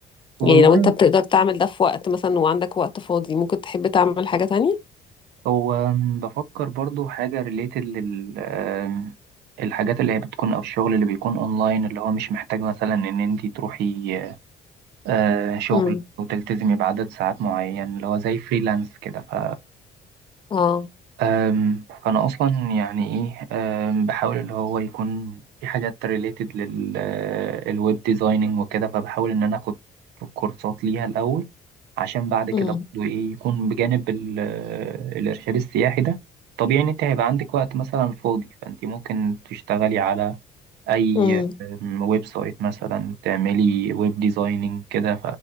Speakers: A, on the right; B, on the left.
A: والله
B: يعني لو انت بتقدر تعمل ده في وقت مثلا وعندك وقت فاضي ممكن تحب تعمل حاجة تانية
A: هو أم، بفكر برضو حاجة ريليتد لل أم، الحاجات اللي هي بتكون أو الشغل اللي بيكون أونلاين اللي هو مش محتاج مثلا إن أنتي تروحي آه، شغل
B: امم
A: وتلتزمي بعدد ساعات معين اللي هو زي فريلانس كده ف
B: اه
A: أم، فأنا أصلا يعني إيه أم، بحاول اللي هو يكون في حاجات ريليتد للويب ديزايننج وكده فبحاول إن أنا آخد كورسات ليها الأول عشان بعد كده
B: امم
A: برضه ايه يكون بجانب ال- آه، الارشاد السياحي ده طبيعي ان انت هيبقى عندك وقت مثلا فاضي فانت ممكن تشتغلي على اي
B: امم
A: أم، ويب سايت مثلا تعملي ويب ديزايننج كده